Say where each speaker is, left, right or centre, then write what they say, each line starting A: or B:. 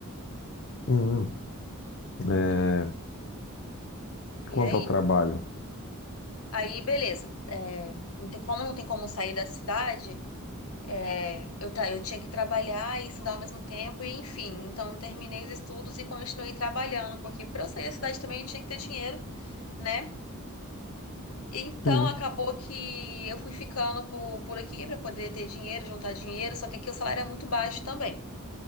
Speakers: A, on the left; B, on the left.
A: Uhum. É,
B: E,
A: e
B: e
A: quanto
B: aí?
A: ao trabalho?
B: Aí, beleza. É, não tem como não tem como sair da cidade. É, eu, ta- eu tinha que trabalhar e estudar ao mesmo tempo, e enfim, então terminei os estudos e continuei trabalhando, porque para eu sair da cidade também eu tinha que ter dinheiro, né? Então
A: Sim.
B: acabou que eu fui ficando por, por aqui para poder ter dinheiro, juntar dinheiro, só que aqui o salário é muito baixo também,